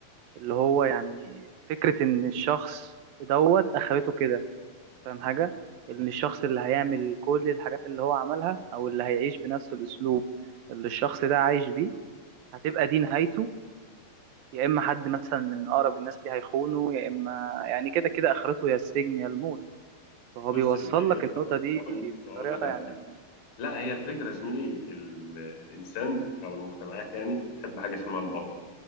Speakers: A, on the right (about 80°); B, on the left (about 85°).
A: اللي هو يعني فكرة إن الشخص دوت أخرته كده فاهم حاجة إن الشخص اللي هيعمل كل الحاجات اللي هو عملها أو اللي هيعيش بنفس الأسلوب اللي الشخص ده عايش بيه هتبقى دي نهايته يا إما حد مثلا من أقرب الناس ليه هيخونه يا إما يعني كده كده آخرته يا السجن يا الموت فهو
B: بص
A: بيوصل
B: يا زميلي
A: لك النقطة دي
B: بقول بقول
A: بطريقة
B: لك
A: يعني
B: على- لا هي الفكره يا زميلي ال... الانسان او المجتمعات يعني تحب حاجه اسمها البطل